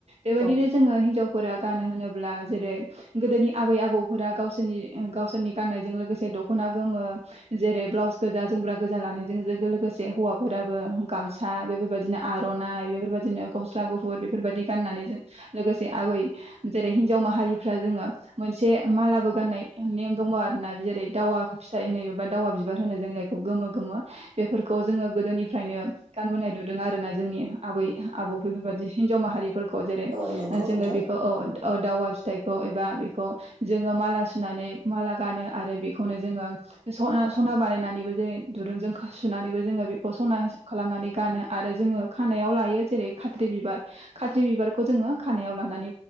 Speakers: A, on the right; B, on the right.
A: बेबायदिनो
B: औ
A: जोङो हिनजावफोरा गानो होनोब्ला जेरै गोदोनि आबै आबौफोरा गावसोरनि गावसोरनि गाननायजों लोगोसे दखना गोमो जेरै ब्लाउस गोजा जोमग्रा गोजा लानायजों लोगोसे हौवाफोराबो गामसा बेफोरबायदिनो आरनाइ बेफोरबायदिनो गस गुफुर बेफोरबायदि गाननानै ज लोगोसे आबै जेरै हिनजाव माह जोङो मोनसे मालाबो गाननाय नेम दङ आरोना जेरै दावा फिथाइ नै एबा दावा बिबार होनो जों जायखौ गोमो गोमो बेफोरखौ जोङो गोदोनिफ्रायनो गानबोनाय नुदों आरोना जोंनि आबै आबौ बेफोरबादि हिन्जाव माहारिफोरखौ जेरै
B: औ नंगौ
A: जोङो
B: नोंथां
A: बेखौ औ औ दावा खौ एबा बे जोङो माला सुनानै माला गानो आरो बेखौनो जोङो <unintelligible> सना बानायनानैबो जोङो दुरुंजों सुनानैबो जोङो बेखौ सना हाब खालामनानै गानो आरो जोङो खानायाव लायो जेरै खाथ्रि बिबार खाथ्रि बिबारखौ जोङो खानायाव लानानै